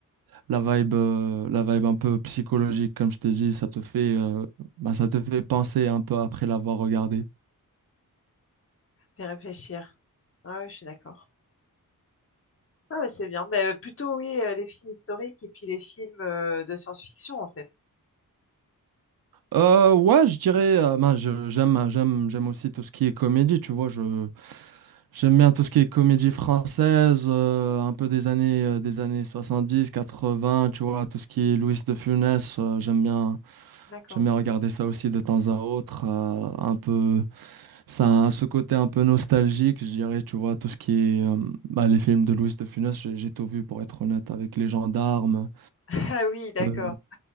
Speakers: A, on the right; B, on the left.
A: la vibe, euh, la vibe un peu psychologique, comme je t'ai dit, ça te fait, euh, bah, ça te fait penser un peu après l'avoir regardé.
B: Fais réfléchir. Ah ouais, je suis d'accord. Ah bah c'est bien. Mais plutôt, oui, euh, les films historiques et puis les films euh, de science-fiction, en fait.
A: Euh, ouais, je dirais, euh, bah, je- j'aime, j'aime, j'aime aussi tout ce qui est comédie, tu vois, je, J'aime bien tout ce qui est comédie française, euh, un peu des années, euh, des années 70, 80, tu vois, tout ce qui est Louis de Funès, euh, j'aime bien,
B: D'accord.
A: j'aime bien regarder ça aussi de temps à autre, euh, un peu, ça a ce côté un peu nostalgique, je dirais, tu vois, tout ce qui est, euh, bah, les films de Louis de Funès, j'ai j'ai tout vu pour être honnête, avec Les Gendarmes,
B: <laughs> Ah oui, d'accord.
A: euh,